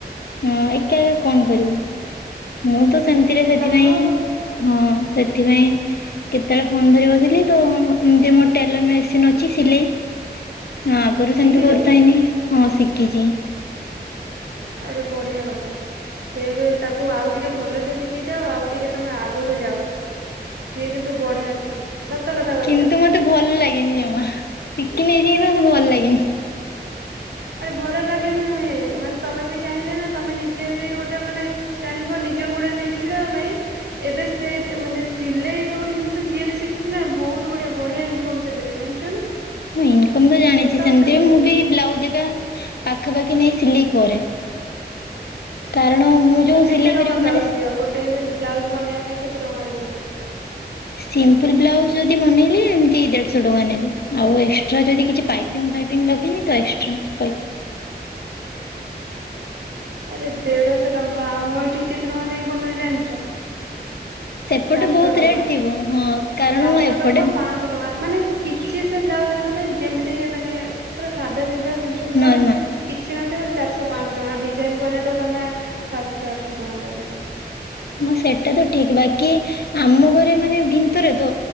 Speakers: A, on the left; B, on the right.
A: ହଁ ଏକା ଏକା କଣ କରିବ, ମୁଁ ତ ସେମିତିରେ
B: ଚିଡ ଚିଡ
A: ସେଥିପାଇଁ
B: ଲାଗୁଥିବ ଆଉ।
A: ହଁ ସେଥିପାଇଁ କେତେବେଳେ ଫୋନ୍ ଧରି ବସିଲି ତ ଏମିତି ମୋ ଟେଲର ମେସିନ ଅଛି ସିଲେଇ ହଁ ଆଗରୁ
B: ଶିଖିଛ
A: ସେମିତି କରୁଥାଏନି ହଁ ଶିକିଚି।
B: ଆରେ ବଢିଆ କଥା ସେଏ ଏବେ ତାକୁ ଆଉ ଟିକେ ଭଲସେ ଶିକି ଯାଅ ଆଉ ଟିକେ ତମେ ଆଗକୁ ଯାଅ ସିଏ କିନ୍ତୁ ବଢିଆସେ ସତ କଥା
A: କିନ୍ତୁ ମତେ ଭଲ ଲାଗେନି ଜମା ଶିକିନେଇଚି କିନ୍ତୁ ମତେ ଭଲ ଲାଗେନି।
B: ଆରେ ଭଲ ଲାଗେନି ନୁହେଁ ମାନେ ତମେ ବି ଚାହିଁଲେ ନା ତମେ ନିଜେ ବି ଗୋଟେ ମାନେ ଚାହିଁବ ନିଜ ଗୋଡରେ ନିଜେ ଛିଡା ହବା ପାଇଁ ଏବେ ସେ ମାନେ ସିଲେଇ ଏବେ ଗୋଟେ ଜିନିଷ ଯିଏ ବି ଶିଖିଚି ନା ବହୁତ ବଢିଆ ବଢିଆ ଇନକମ ସେ ଥିରେ ଜାଣିଚ ନା?
A: ମୁଁ ଇନକମ ତ ଜାଣିଚି
B: ସତ
A: ସେମିତି
B: କଥା କହୁଛି
A: ମୁଁ ବି ବ୍ଲାଉଜହେକା ପାଖାପାଖି ନେଇ ସିଲେଇ କରେ। କାରଣ ମୁଁ
B: ତମେ
A: ଯୋଉ
B: କେତେ
A: ସିଲେଇ
B: ଟଙ୍କା
A: କରିବି
B: ବ୍ଲାଉଜ
A: ମାନେ
B: ନିଅ ଗୋଟେ ବ୍ଲାଉଜ ବନେଇବା ପାଇଁ କେତେ ଟଙ୍କା ନିଅ?
A: ସିମ୍ପଲ ବ୍ଲାଉଜ ଯଦି ବନେଇଲି ଏମିତି ଦେଢଶହ ଟଙ୍କା ନେଲି ଆଉ ଏକ୍ସଟ୍ରା ଯଦି କିଛି ପାଇ ପିନ୍ ଫାଇପିନ୍ ଲାଗିନି ତ ଏକ୍ସଟ୍ରା ପଇସା।
B: ଆରେ ଦେଢଶହ ଟଙ୍କା ଆମ ଏଇଠି କେତେ ଟଙ୍କା ଦେଇକି ବନଉଚି ଜାଣଚ
A: ସେପଟେ
B: ଚାରିଶ
A: ବହୁତ
B: ଟଙ୍କା
A: ରେଟ୍ ଥିବ ହଁ କାରଣ
B: ଚାରିଶ
A: ଏପଟେ
B: ଟଙ୍କା ପାଁଆ ଶ ଟଙ୍କା ମାନେ କିଛି ସେ ବ୍ଲାଉଜରେ ନଥାଏ ଯେମିତି ମାନେ ପୁରା ସାଧା ସିଧା ସିମ୍ପୁଲ ବ୍ଲାଉଜ
A: ନର୍ମାଲ
B: କିଛି ନଥିବ ଚାରିଶ ପାଆଁଶ ଟଙ୍କା ଡିଜାଇନ କଲେ ତମେ ସାତଶ ଆଠଶ ଟଙ୍କା ଦବ ତାକୁ।
A: ହଁ ସେଟା ତ ଠିକ ବାକି ଆମ ଘରେ ମାନେ ମ୍ଭିତରେ ତ